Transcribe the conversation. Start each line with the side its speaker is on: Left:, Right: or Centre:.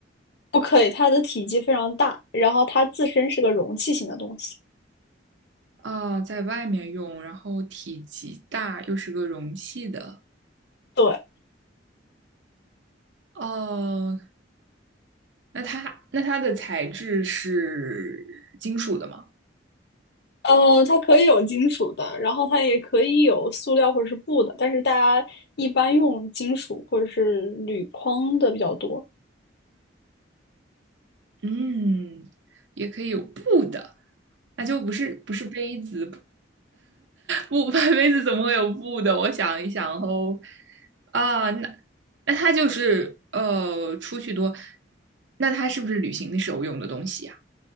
Left: 不可以，它的体积非常大，然后它自身是个容器型的东西，
Right: 哦，在外面用，然后体积大，又是个容器的。
Left: 对，
Right: 哦，那它那它的材质是金属的吗？
Left: 嗯、它可以有金属的，然后它也可以有塑料或者是布的，但是大家一般用金属或者是铝框的比较多。
Right: 嗯，也可以有布的，那就不是不是杯子，不不 <laughs> 不，杯子怎么会有布的？我想一想哦，啊，那那它就是呃，出去多，那它是不是旅行的时候用的东西呀？